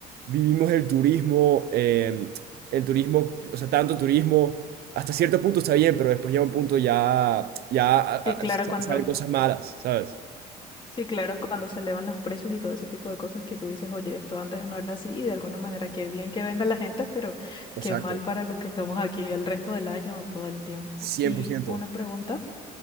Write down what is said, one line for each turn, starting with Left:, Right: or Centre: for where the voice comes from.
Right: vivimos el turismo, eh, el turismo, o sea, tanto turismo, hasta cierto punto está bien, pero después llega un punto ya, ya a-
Left: sí, claro,
Right: a- sa-
Left: cuando,
Right: salen cosas malas, ¿sabes?
Left: sí, claro, cuando se elevan los precios y todo ese tipo de cosas que tú dices, oye, esto antes no era así, y de alguna manera qué bien que venga la gente, pero
Right: Exacto,
Left: qué mal para los que estamos aquí el resto del año o todo el tiempo.
Right: 100%.
Left: Y una pregunta,